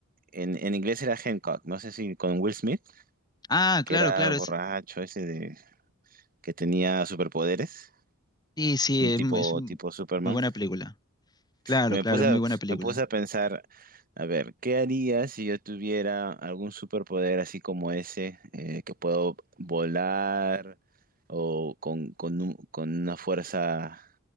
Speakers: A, on the right; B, on the left.
A: en, en inglés era Hancock, no sé si con Will Smith,
B: Ah,
A: que
B: claro,
A: era
B: claro,
A: borracho
B: es,
A: ese de, que tenía superpoderes,
B: sí, sí,
A: un tipo,
B: es, mu- es un-
A: tipo Superman.
B: muy buena película. Claro,
A: Y me
B: claro,
A: puse
B: es
A: a,
B: muy buena película.
A: me puse a pensar, a ver, ¿qué haría si yo tuviera algún superpoder así como ese, eh, que puedo volar o con, con un- con una fuerza